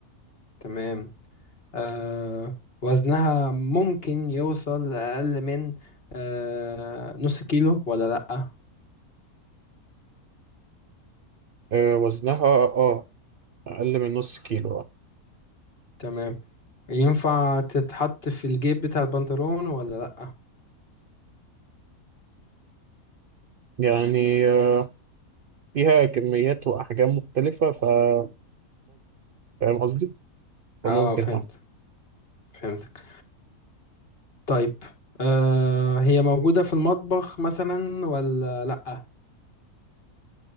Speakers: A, on the left (about 40°); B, on the right (about 85°).
A: تمام آه وزنها ممكن يوصل لأقل من آه نص كيلو ولا لأ
B: آه، وزنها اه أقل من نص كيلو آه.
A: تمام ينفع تتحط في الجيب بتاع البنطلون ولا لأ
B: يعني آه، فيها كميات وأحجام مختلفة فممكن فاهم قصدي؟ فممكن
A: اه فهمت
B: اه
A: فهمتك طيب آه هي موجودة في المطبخ مثلا ولا لأ